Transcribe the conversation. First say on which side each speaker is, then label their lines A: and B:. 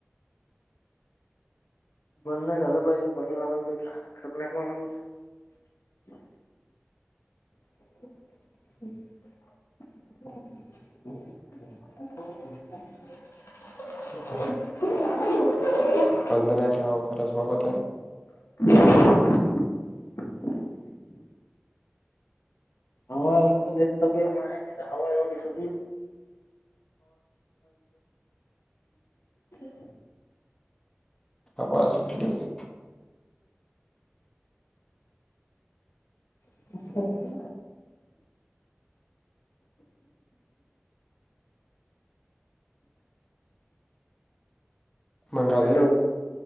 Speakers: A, on the left; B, on the left.
A: बंद नाही झााल पाहिजे बंद काय खर नाही बा म्हणलं <unintelligible> <unintelligible>
B: बंद नाही ठेवा खरंच बाबा ते
A: <unintelligible> हवा तब आहे हवा एवढी सुटली <unintelligible>
B: आव असं थोड आहे
A: <unintelligible>
B: मग अजून
A: हॅलो